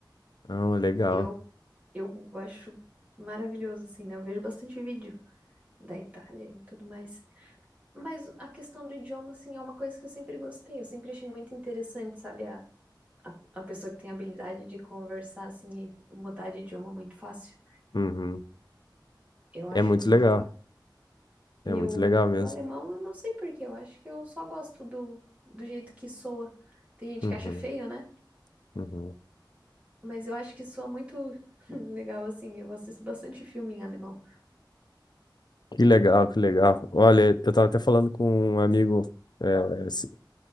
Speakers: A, on the left (about 60°); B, on the right (about 20°).
A: Ah, legal.
B: Eu, eu acho maravilhoso, assim, né? Eu vejo bastante vídeo da Itália e tudo mais. Mas a questão do idioma, assim, é uma coisa que eu sempre gostei. Eu sempre achei muito interessante, sabe? A, a, a pessoa que tem a habilidade de conversar, assim, e mudar de idioma muito fácil.
A: Uhum.
B: Eu acho
A: É muito
B: muito
A: legal.
B: legal. E
A: É muito
B: o,
A: legal
B: o
A: mesmo.
B: alemão, eu não sei por quê, eu acho que eu só gosto do, do jeito que soa. Tem gente
A: Uhum.
B: que acha feio, né?
A: Uhum.
B: Mas eu acho que soa muito <laughs> legal, assim. Eu assisto bastante filme em alemão.
A: Que legal, que legal. Olha, eu tava até falando com um amigo, é, esse-